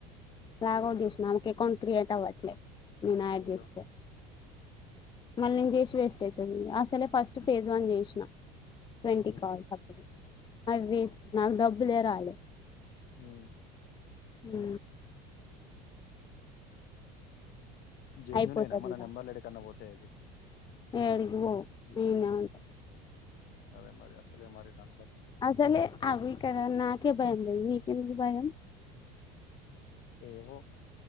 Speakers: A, on the left; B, on the left.
A: లాగౌట్ చేసిన ఆమెకు అకౌంట్ క్రియేట్ అవ్వట్లే నేను యాడ్
B: అయ్యో
A: చేస్తే మళ్ళీ నేను చేసి వేస్ట్ అవుతది అసలే ఫస్ట్ ఫేజ్ వన్ చేసినా ట్వంటీ
B: ఉమ్,
A: కాల్స్ అప్పుడే అవి వేస్ట్ నాకు డబ్బులే రాలే
B: హు
A: హు
B: జెన్యూన్
A: అయిపోతది
B: ఏ నా మన
A: ఇక
B: నెంబర్ లేెడకన్నా పోతే అవి
A: ఏడికి <unintelligible>
B: అరే మరి అస్సలే మరి కా
A: అసలే అగ ఇక్కడ నాకే భయంం లేదు మీకెందుకు భయం
B: ఏవో